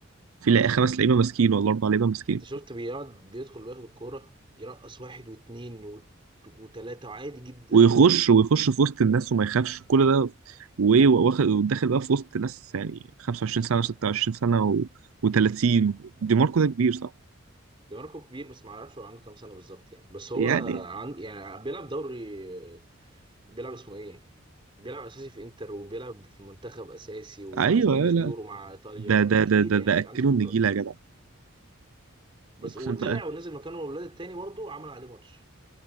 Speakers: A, on the right; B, on the right.
A: في لا- خمس لعيبه ماسكين ولا اربع لعيبه ماسكين
B: انت شفت بيقعد بيدخل وياخد الكوره يرقص واحد واثنين و- وتلاته عادي جدا
A: ويخش ويخش في وسط الناس وما يخافش كل ده وايه واخد وداخل بقى في وسط ناس يعني 25 سنة و26 سنة و... و30 دي ماركو ده كبير صح
B: ده ماركو كبير بس ما اعرفش هو عنده كام سنه بالظبط يعني بس هو
A: يعني
B: عند يعني بيلعب دوري بيلعب اسمه ايه بيلعب اساسي في انتر وبيلعب في المنتخب اساسي وكسبان
A: ايوه أيوة،
B: اليورو
A: لا
B: مع ايطاليا
A: ده
B: لا
A: ده
B: كبير
A: ده ده,
B: يعني
A: ده اكله
B: عنده خبره
A: النجيله يا جدع
B: بس
A: اقسم
B: وطلع
A: بقى
B: ونزل مكانه الولاد التاني برضه عمل عليه ماتش